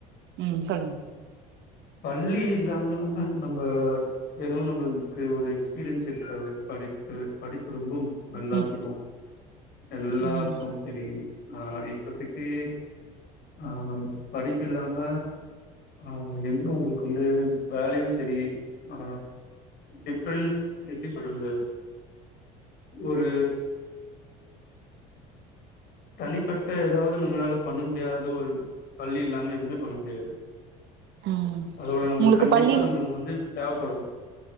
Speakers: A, on the right; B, on the left.
A: ம் சொல்லுங்க
B: பள்ளி இல்லாம நம்ப எதுவு நம்மளுக்கு ஒரு எக்ஸ்பீரியன்ஸ் இருக்காது படிப்பு படிப்பு ரொம்ப எல்லாத்துக்கு
A: ம்
B: எல்லாருக்கும்
A: ம்
B: செரி ஆ இப்பதெக்கி ஆ படிப்பு இல்லாம ஆ எங்க உங்களுக்கு வந்து வேலயு செரி ஆ டிஃப்ரெண்ட் எப்டி சொல்றது ஒரு தனிப்பட்ட எதாவ்து நம்மளால பண்ண முடியாத ஒரு பள்ளி இல்லாம எதுவுமே பண்ண முடியாது
A: ம்
B: அதோட நம்பளுக்
A: உங்களுக்கு
B: கண்டிப்பா
A: பள்ளில்
B: நம்மளுக்கு வந்து தேவப்படு